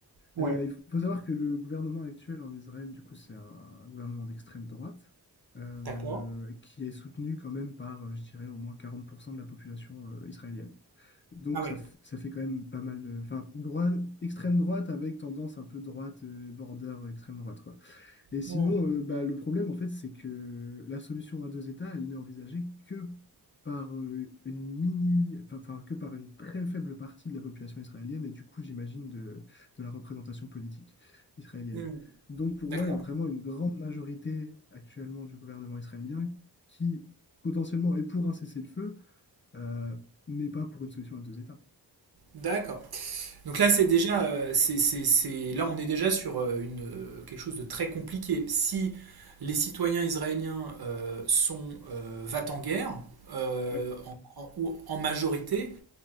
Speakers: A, on the right (about 60°); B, on the left (about 30°).
A: Ouais.
B: Euh, il faut savoir que le gouvernement actuel en Israël, du coup, c'est un, un gouvernement d'extrême droite euh,
A: D'accord.
B: qui est soutenu quand même par, euh, je dirais, au moins 40% de la population euh, israélienne. Donc,
A: Ah ouais.
B: ça, f- ça fait quand même pas mal de. Enfin, droite, extrême droite avec tendance un peu droite, euh, border extrême droite, quoi. Et sinon,
A: Mmh.
B: euh, bah, le problème, en fait, c'est que la solution à deux États, elle n'est envisagée que par euh, une mini, enfin, enfin, que par une très faible partie de la population israélienne et du coup, j'imagine, de, de la représentation politique israélienne.
A: Mmh.
B: Donc, pour
A: D'accord.
B: moi, il y a vraiment une grande majorité actuellement du gouvernement israélien qui, potentiellement, est pour un cessez-le-feu, euh, mais pas pour une solution à deux États.
A: D'accord. Donc là, c'est déjà, euh, c'est, c'est- c'est- là, on est déjà sur euh, une, euh, quelque chose de très compliqué. Si les citoyens israéliens euh, sont euh, va-t-en-guerre euh,
B: Ouais.
A: en, en- ou en majorité,